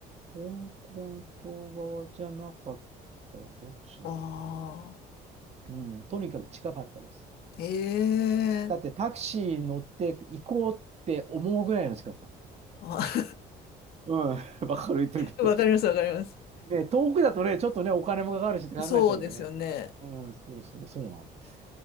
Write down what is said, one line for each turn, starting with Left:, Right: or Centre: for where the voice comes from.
Right: 香港島側じゃなかった。どっちだっけ
Left: ああ。
Right: うん、とにかく近かったです。
Left: へえ。
Right: だってタクシー乗って行こうって思うぐらいの近さ。
Left: あ <laughs>
Right: うん、<laughs> わかる言ってること。
Left: わかります、わかります。
Right: ね、遠くだとね、ちょっとね、お金もかかるしって考えちゃうよね。
Left: そうですよね。
Right: うん、そうそう、そうなんです。